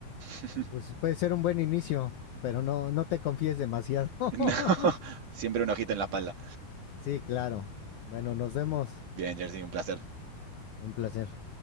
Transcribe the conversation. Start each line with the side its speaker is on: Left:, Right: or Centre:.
Right: <laughs>
Left: Pues puede ser un buen inicio, pero no, no te confíes demasiado. <laughs>
Right: No, <laughs> siempre un ojito en la espalda.
Left: sí, claro. Bueno, nos vemos.
Right: Bien, Jersey, un placer.
Left: Un placer.